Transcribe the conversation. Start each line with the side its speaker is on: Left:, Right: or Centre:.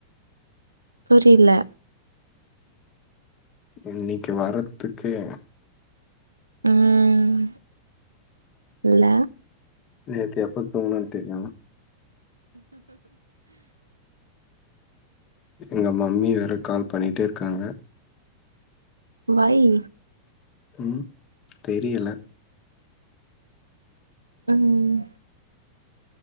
Right: புரில
Left: இன்னக்கி வரத்துக்கே
Right: ம் இல்ல
Left: நேத்து எப்ப தூங்ன தெரியு எங்க மம்மி வேற கால் பண்ணிட்டேருக்காங்க
Right: ஒய்
Left: ம் தெரியல
Right: ம்